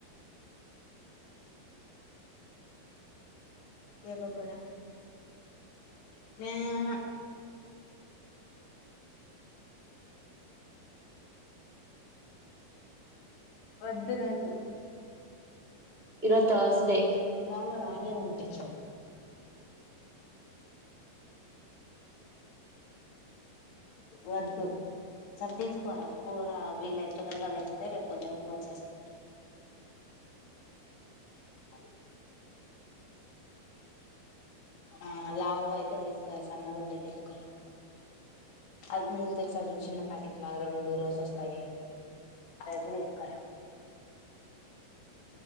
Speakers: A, on the left; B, on the right.
A: ఏ కూడా ఆహా వద్దు నాకు
B: ఇరో తర్స్ డే
A: మామూలు ఆనియన్ ఉంటాయి చూడు వద్దు సరే తీసుకోర కూర వీళ్లై తొందరగాలు వస్తే రే పొద్దున్న కూర చేస్త అహా ఆ లావు అయితే తీసుకుర సన్నగుంటె తీసుకోరకు అది మూ తె చవదు చిన్న ప్యాకెట్ లాగా రెండు రోజ వస్తాయ అద తీసుకుారా